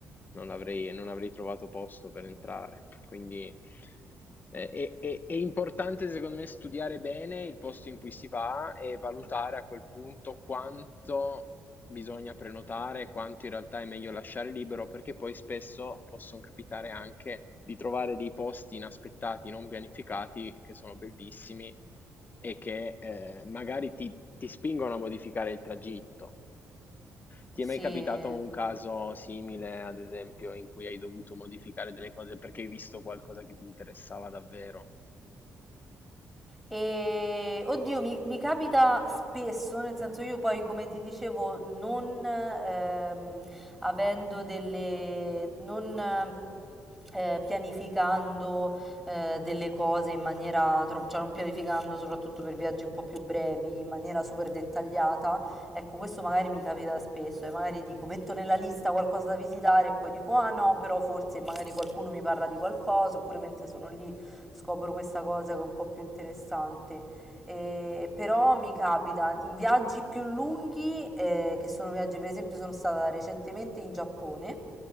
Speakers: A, on the left (about 35°); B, in the centre.
A: non avrei, non avrei trovato posto per entrare. Quindi eh, è, è- è importante, secondo me, studiare bene il posto in cui si va e valutare a quel punto quanto bisogna prenotare, quanto in realtà è meglio lasciare libero, perché poi spesso possono capitare anche di trovare dei posti inaspettati, non pianificati, che sono bellissimi e che eh, magari ti, ti spingono a modificare il tragitto. Ti
B: Sì.
A: è mai capitato un caso simile, ad esempio, in cui hai dovuto modificare delle cose perché hai visto qualcosa che ti interessava davvero?
B: E oddio, mi, mi capita spesso, nel senso io poi, come ti dicevo, non ehm, avendo delle, non eh, pianificando eh, delle cose in maniera, tro- cioè non pianificando soprattutto per viaggi un po' più brevi, in maniera super dettagliata, ecco, questo magari mi capita spesso e magari dico, metto nella lista qualcosa da visitare e poi dico, ah no, però forse magari qualcuno mi parla di qualcosa, oppure mentre sono lì scopro questa cosa che è un po' più interessante. Eh, però mi capita in viaggi più lunghi, eh, che sono viaggi, per esempio, sono stata recentemente in Giappone.